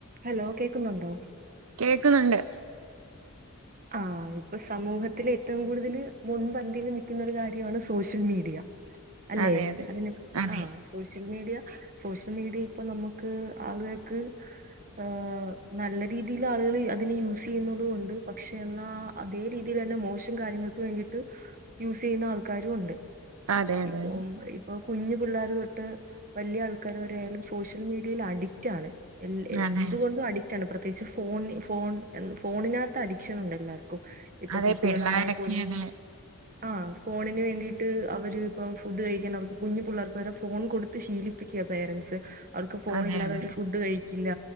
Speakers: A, on the right (about 40°); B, on the right (about 85°).
A: Hello കേക്കുന്നുണ്ടോ
B: കേക്കുന്നുണ്ട്
A: ആ ഇപ്പൊ സമൂഹത്തില ഏറ്റവും കൂടുതൽ മുൻപന്തിയിൽ നിൽക്കുന്നൊ ഒരു കാര്യമാണ് സോഷ്യൽ മീഡിയ അല്ലെ
B: അതെ അതെ
A: അതിന്
B: അതെ
A: ആ സോഷ്യൽ മീഡിയ സോഷ്യൽ മീഡിയ ഇപ്പൊ നമുക്ക് ആളുകൾക്ക് ഹ നല്ല രീതിൽ ആളുകൾ അതിനെ യൂസ് ചെയ്യുന്നുന്നത് കൊണ്ട് പക്ഷെ എന്നാ അതേ രീതിയിൽ തന്നെ മോശം കാര്യങ്ങൾക്ക് വേണ്ടിയിട്ട് യൂസ് ചെയ്യുന്ന ആൾക്കാരും ഉണ്ട്
B: അതെ അതെ
A: ഇപ്പൊ ഇപ്പൊ കുഞ്ഞു പിള്ളേർ തൊട്ട് വലിയ ആൾക്കാര് വരെ ആയാലും സോഷ്യൽ മീഡിയയിൽ അഡിക്റ്റ് ആണ് എ
B: അതെ
A: എന്തുകൊണ്ടും അഡിക്റ്റ്ണ് പ്രത്യേകിച്ച് ഫോൺ ഫോൺ ഫോണിനകത്ത് അഡിക്ഷൻ ഉണ്ട്. എല്ലാവരും ഇപ്പൊ
B: അതെ
A: കുട്ടികളാണെ
B: പിള്ളോരൊക്കെ
A: പോലും
B: അതെ
A: ആ ഫോണിന് വേണ്ടിട്ട് അവര് ഇപ്പം ഫുഡ് കഴിക്കാ അവർക്ക് കുഞ്ഞി പിള്ളേർക്ക് വരെ ഫോൺ കൊടുത്ത് ശീലിപ്പിക്കുക പേരൻറ്സ് അവർക്ക് ഫോൺ
B: അതെ
A: ഇല്ലാതെ
B: അതെ
A: അവര് ഫുഡ് കഴിക്കില്ല.